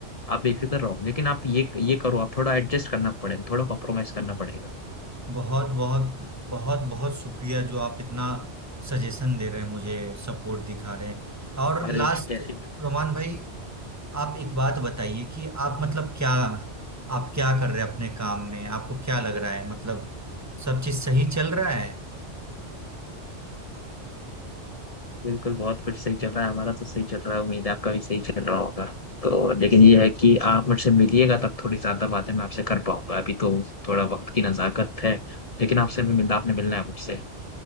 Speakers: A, on the left; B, on the right.
A: आप बेफिक्र रहो लेकिन आप ये ये करो आप थोड़ा एडजस्ट करना पड़ेगा थोड़ा कॉम्प्रोमाइज करना पड़ेगा
B: बहुत बहुत बहुत बहुत शुक्रिया जो आप इतना सजेशन दे रहे हैं मुझे सपोर्ट दिखा रहे हैं और
A: अरे
B: लास्ट
A: कैसी बात
B: रोमान
A: है।
B: भाई आप एक बात बताइए कि आप मतलब क्या आप क्या कर रहे हैं अपने काम में आपको क्या लग रहा है मतलब सब चीज सही चल रहा है
A: बिल्कुल बहुत कुछ सही चल रहा है हमारा तो सही चल रहा है उम्मीद है आपका भी सही चल रहा होगा तो लेकिन ये है कि आप मुझसे मिलिएगा तब थोड़ी ज्यादा बातें मैं आपसे कर पाऊंगा अभी तो थोड़ा वक्त की नजाकत है लेकिन आपसे भी मिलना आपने मिलना है मुझसे